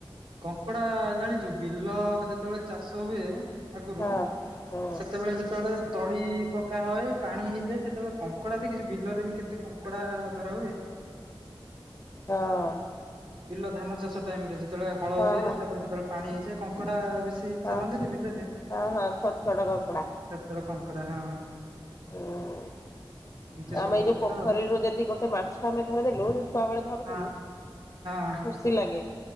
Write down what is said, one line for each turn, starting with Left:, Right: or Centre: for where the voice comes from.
Right: କଙ୍କଡା ଜାଣିଛୁ ବିଲ ଯେ ଯେତେବେଳେ ଚାଷ ହୁଏ ଆଗରୁ
Left: ହଁ ହଁ
Right: ସେତେବେଳେ ଯେତେବେଳେ ତଳି ପକା ହୁଏ ପାଣି ହେଇଯାଏ, ସେତେବେଳେ କଙ୍କଡା ଦେଖିଛୁ, ବିଲରେ ବି କେତେ କଙ୍କଡା ଧରା ହୁଏ।
Left: ହଁ ଅ।
Right: ବିଲ ଧାନ ଚାଷ ଟାଇମ ରେ ସେତେବେଳେ ହଳ
Left: ହଁ
Right: ହୁଏ, ତାପରେ ସେତେବେଳେ ପାଣି ହେଇଯାଏ, କଙ୍କଡା ବେଶୀ
Left: ହଁ
Right: ଚାଲନ୍ତିନି ବିଲରେ।
Left: ହଁ ହଁ ଛୋଟ ଛୋଟ କଙ୍କଡା।
Right: ଛୋଟ ଛୋଟ କଙ୍କଡ଼ା ହଁ।
Left: ହୁଁ ଉଁ।
Right: ଏମିତି
Left: ଆମେ
Right: ସବୁ
Left: ଏଇ ଯୋଉ
Right: କଥା
Left: ପୋଖରୀରୁ ଯଦି ଗୋଟେ ମାଛ ଆମେ ଧରିଦେଲୁ ଯଉ ଛୁଆ ବେଳେ ଧରୁଥିଲୁ
Right: ଆଉ ହଁ ଅଁ।
Left: <unintelligible> ଲାଗେ।